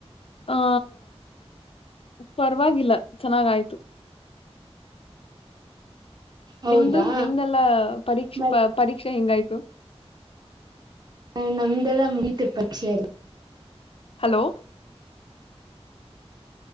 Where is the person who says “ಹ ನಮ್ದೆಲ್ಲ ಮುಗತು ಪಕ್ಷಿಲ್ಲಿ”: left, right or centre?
Right